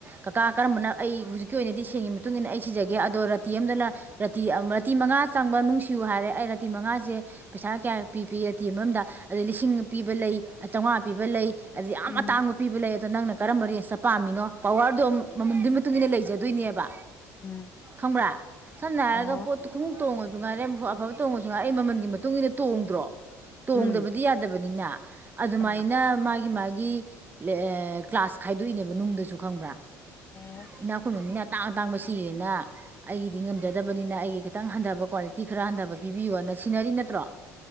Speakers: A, on the right (about 25°); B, on the left (about 30°).
A: ꯀꯀꯥ ꯀꯔꯝꯕꯅ ꯑꯩ ꯍꯧꯖꯤꯛꯀꯤ ꯑꯣꯏꯅꯗꯤ ꯁꯦꯡꯒꯤ ꯃꯇꯨꯡ ꯏꯟꯅ ꯑꯩ ꯁꯤꯖꯒꯦ ꯑꯗꯣ ꯔꯥꯇꯤ ꯑꯃꯝꯗꯅ ꯔꯥꯇꯤ ꯔꯥꯇꯤ ꯃꯉꯥ ꯆꯪꯕ ꯅꯨꯡꯁꯤꯌꯨ ꯍꯥꯏꯔꯦ ꯑꯩ ꯇꯨꯇꯤ ꯃꯉꯥꯁꯦ ꯄꯩꯁꯥ ꯀꯌꯥ ꯄꯤ ꯄꯤ ꯇꯤ ꯑꯃ ꯑꯝꯗ ꯑꯗꯩ ꯂꯤꯁꯤꯡ ꯄꯤꯕ ꯂꯩ ꯆꯧꯉꯥ ꯄꯤꯕ ꯂꯩ ꯑꯗ ꯌꯥꯝ
B: ꯎꯝ
A: ꯑꯇꯥꯡꯕ ꯄꯤꯕ ꯂꯩ ꯑꯗ ꯅꯪꯅ ꯀꯔꯝꯕ ꯔꯦꯟꯁꯇ ꯄꯥꯝꯃꯤꯅꯣ ꯄꯋꯥꯔꯗꯣ ꯃꯃꯟꯗꯨ ꯃꯇꯨꯡ ꯏꯟꯅ ꯂꯩꯖꯗꯣꯏꯅꯦꯕ
B: ꯎꯝ
A: ꯈꯪꯕ꯭ꯔꯥ ꯁꯝꯅ ꯍꯥꯏꯔꯒ
B: ꯑꯣ
A: ꯄꯣꯠꯇꯨ ꯈꯨꯡꯎ ꯇꯣꯡꯉꯁꯨ ꯉꯥꯏꯔꯦꯐ ꯇꯣꯡꯉꯖꯨ ꯉꯥꯏ ꯑꯩ ꯃꯃꯟꯒꯤ ꯃꯇꯨꯡ ꯏꯟꯅ ꯇꯣꯡꯗ꯭ꯔꯣ ꯇꯣꯡꯗꯕꯗꯤ
B: ꯎꯝ
A: ꯌꯥꯗꯕꯅꯤꯅ ꯑꯗꯨꯃꯥꯏꯅ
B: ꯎꯝ
A: ꯃꯥꯒꯤ ꯃꯥꯒꯤ ꯂꯦ ꯑꯦ ꯀ꯭ꯂꯥꯁ ꯈꯥꯏꯗꯣꯛꯏꯅꯦꯕ ꯅꯨꯡꯗꯁꯨ ꯈꯪꯕ꯭ꯔꯥ
B: ꯑꯣ
A: ꯏꯅꯥꯛꯈꯨꯟꯕ ꯃꯤꯅ ꯇꯥꯡ ꯇꯥꯡꯕ ꯁꯤꯌꯦꯅ ꯑꯩꯒꯤꯗꯤ ꯉꯝꯖꯗꯕꯅꯤꯅ
B: ꯎꯝ
A: ꯑꯩꯒꯤ ꯈ ꯇꯪ ꯍꯟꯗꯕ ꯀ꯭ꯋꯥꯂꯤꯇꯤ ꯈꯔ ꯍꯟꯗꯕ ꯄꯤꯕꯤꯌꯣꯅ ꯁꯤꯟꯅꯔꯤ ꯅꯠꯇ꯭ꯔꯣ